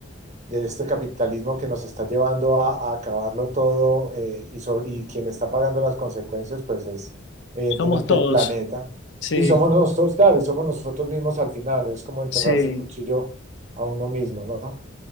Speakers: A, on the right; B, on the left.
A: de este capitalismo que nos está llevando a, a acabarlo todo eh, y, sobre, y quien está pagando las consecuencias, pues es evidentemente
B: somos todos.
A: el planeta.
B: Sí,
A: Y somos nosotros, claro, y somos nosotros mismos al final, es como enterrarse
B: sí.
A: el cuchillo a uno mismo, ¿no?